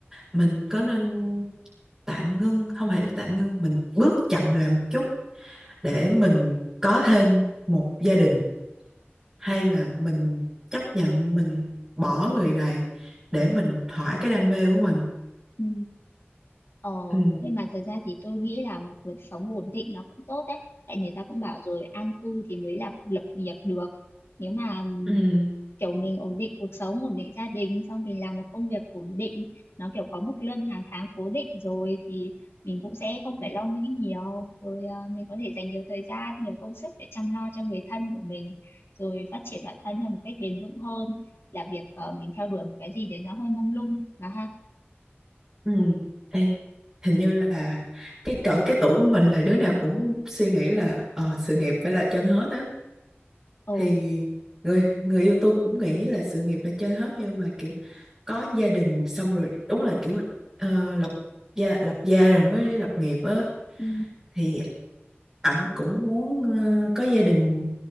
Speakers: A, on the right; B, on the left.
A: mình có nên tạm ngưng không phải là tạm ngưng mình bước chậm lại một chút để mình có thêm một gia đình hay là mình chấp nhận mình bỏ người này để mình thỏa cái đam mê của mình
B: Ừ. Ờ,
A: ừ
B: nhưng mà thật ra thì tôi nghĩ là một cuộc sống ổn định nó cũng tốt đấy. Tại người ta cũng bảo rồi an cư thì mới là lập nghiệp được. Nếu mà ừm,
A: ừ
B: kiểu mình ổn định cuộc sống, ổn định gia đình, xong mình làm một công việc ổn định, nó kiểu có mức lương hàng tháng cố định rồi thì mình cũng sẽ không phải lo nghĩ nhiều. Rồi ờ, mình có thể dành nhiều thời gian, nhiều công sức để chăm lo cho người thân của mình, rồi phát triển bản thân theo một cách bền vững hơn là việc ờ, mình theo đuổi một cái gì đấy nó hơi mông lung mà ha.
A: ừ Ê, hình như là cái cỡ cái tuổi của mình là đứa nào cũng suy nghĩ là ờ, sự nghiệp phải là trên hết á
B: Ồ,
A: thì người người yêu tôi cũng nghĩ là sự nghiệp là trên hết nhưng mà kiểu có gia đình xong rồi đúng là kiểu ờ, lập gia lập gia rồi mới lập nghiệp á
B: ừ,
A: thì ảnh cũng muốn ờ, có gia đình